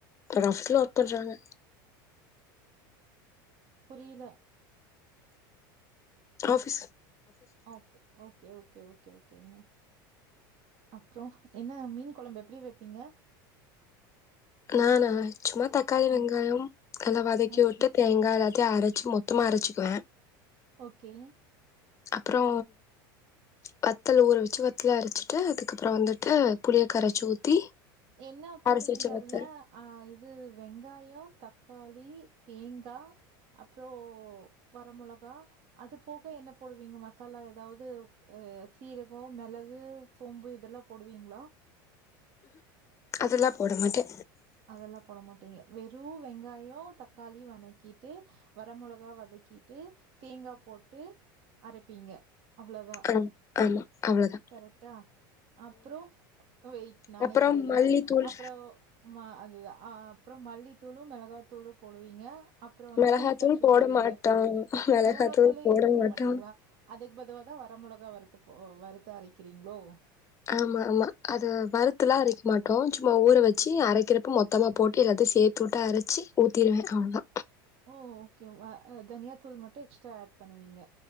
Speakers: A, on the left (about 25°); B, on the right (about 55°).
A: ரஃப்ல ஒர்க் பண்றாங்க
B: புரியில
A: office
B: off okay okay okay ஓகேங்க அப்புறோ என்ன மீன் கொழம்பு எப்டி வைப்பீங்க
A: நானா சும்மா தக்காளி, வெங்காயம்
B: ம்
A: அதுல்லா வதக்கி
B: ஓகே
A: விட்டு தேங்காலா கா அரச்சு மொத்தமா அரச்சிக்குவே
B: ஓகே
A: அப்றோ வத்தல ஊற வெச்சு வத்தல அரச்சிட்டு அதுக்கப்புறோ வந்துட்டு புளியக்கரச்சு ஊத்தி
B: என்ன போடுவீங்க
A: அரைச்சு வச்ச வத்தல்
B: அதுல ஆ இது வெங்காயொ, தக்காளி, தேங்கா அப்புறோ வர மொளகா அது போக என்ன போடுவீங்க மசாலா ஏதாவது அ சீரகொ, மெளகு, சோம்பு இதெல்லா போடுவீங்களா
A: அதெல்லா போட மாட்டே
B: அதெல்லா போட மாட்டிங்க வெறு வெங்காயோ, தக்காளி வனக்கிட்டு வர மோளகா வதக்கிட்டு தேங்கா போட்டு அரப்பிங்க அவ்ளோதா
A: ஆ ம் ‌ஆமா அவ்ளோதா
B: கரெக்டா அப்புறோ வெயிட் நானே
A: அப்புறம்
B: சொல்றே
A: மல்லித்தூள்
B: அப்புறோ மா அது ஆ அப்புறோ மல்லித்தூளு, மெளகாத்தூளு போடுவீங்க. அப்புறோ வந்து
A: மிளகாத்தூள்
B: புளி கரச்சு
A: போட
B: ஊத்துவீங்க
A: மாட்டோ மிளகாத்தூள்
B: மெளகாத்தூளே
A: போட
B: யூஸ் பண்ண
A: மாட்டோ
B: மாட்டீங்களா. அதுக்கு பதுலா தா வர மொளகா வறுத்து போ வறுத்த அரைக்கிறீங்களோ?
A: ஆமா ஆமா அது வருத்துலா அரைக்க மாட்டோ சும்மா ஊற வெச்சு அரைக்கிறப்போ மொத் தமா போட்டு எல்லாத்தையு சேத்துவுட்டு அரச்சு ஊத்திடுவே அவ்ளதா
B: ஓ ஓகே வா அ தனியாத்தூள் மட்டு எக்ஸ்ட்ரா ஆட் பண்ணுவிங்க